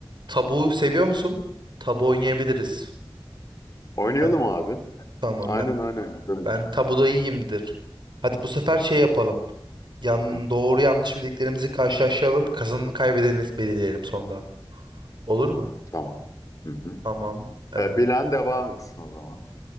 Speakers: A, on the right; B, on the left.
A: Tabu seviyor musun? Tabu oynayabiliriz.
B: Oynayalım
A: Ben
B: abi.
A: tamam
B: Aynen
A: ben
B: aynen. Güzel olur.
A: ben tabuda iyiyimdir. Hadi bu sefer şey yapalım. Yan
B: Hı,
A: doğru yanlış bildiklerimizi karşılaştıralım. Kazanını kaybedeni belirleyelim sonda. Olur mu?
B: tamam. Hı hı.
A: Tamam. Ee,
B: Ee, bilen devam etsin o zaman.